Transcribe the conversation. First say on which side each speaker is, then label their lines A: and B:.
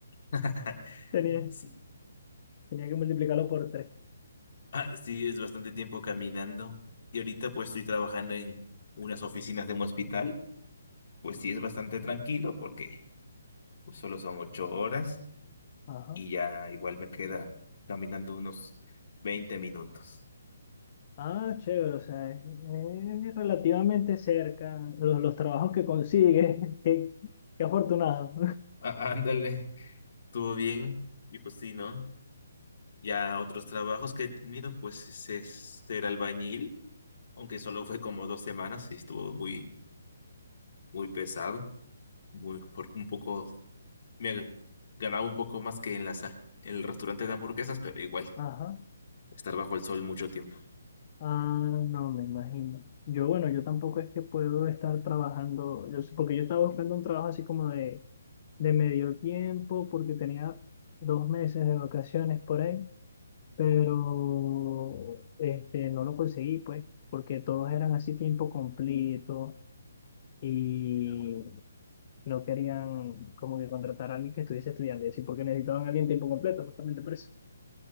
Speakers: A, on the left (about 55°); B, on the left (about 40°).
A: <laughs>
B: <laughs> tenía,
A: Sí,
B: tenía que multiplicarlo por tres.
A: ah, sí, es bastante tiempo caminando y ahorita pues estoy trabajando en unas oficinas de un hospital, pues sí es bastante tranquilo porque pues, solo son ocho horas
B: Ajá.
A: y ya igual me queda caminando unos 20 minutos.
B: Ah, chévere, o sea, es, es relativamente cerca, los, los trabajos que consigues, <laughs> qué, qué afortunado.
A: Ah, ándale, estuvo bien y pues sí, ¿no? Ya otros trabajos que he tenido, pues es, es ser albañil, aunque solo fue como dos semanas y estuvo muy, muy pesado, muy, por un poco, me ag- ganaba un poco más que en la a- en el restaurante de hamburguesas, pero igual,
B: <laughs> Ajá.
A: estar bajo el sol mucho tiempo.
B: Ah, no, me imagino. Yo, bueno, yo tampoco es que puedo estar trabajando, yo sé, porque yo estaba buscando un trabajo así como de, de medio tiempo, porque tenía dos meses de vacaciones por ahí, pero este, no lo conseguí, pues, porque todos eran así tiempo completo y no querían como que contratar a alguien que estuviese estudiando, y así porque necesitaban a alguien tiempo completo, justamente por eso.